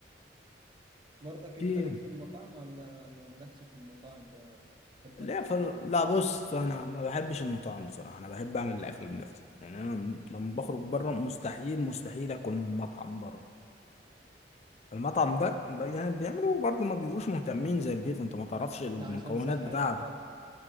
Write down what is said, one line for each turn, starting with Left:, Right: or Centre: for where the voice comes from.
Right: برضك
Left: في
Right: انت ليك في المطاعم ولا ولا مالكش في المطاعم بقى تحب
Left: لا
Right: اكل
Left: فل...
Right: البيت اكتر
Left: لا بص انا ما بحبش المطاعم بصراحه انا بحب اعمل الاكل بنفسي يعني انا م- لما بخرج بره مستحيل مستحيل اكل من مطعم بره المطعم ده ب- يعني بيعملوا برضه ما بيبقوش مهتمين زي البيت انت ما تعرفش المكونات
Right: لا عشان صحتك
Left: بتاعته
Right: ولا